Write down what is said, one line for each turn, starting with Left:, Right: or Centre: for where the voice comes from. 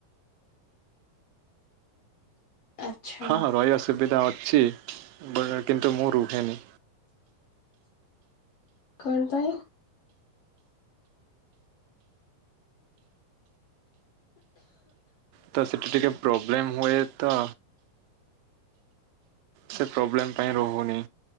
Left: ଆଚ୍ଛା
Right: ହଁ ହଁଁ ରହିବା ସୁବିଧା ଅଛି। ବ କିନ୍ତୁ ମୁଁ ରୁହେନି।
Left: କଣ ପାଇଁ।
Right: ତ ସେଠି ଟିକେ ପ୍ରୋବ୍ଲେମ ହୁଏ ତ। ସେ ପ୍ରୋବ୍ଲେମ୍ ପାଇଁ ରହୁନି।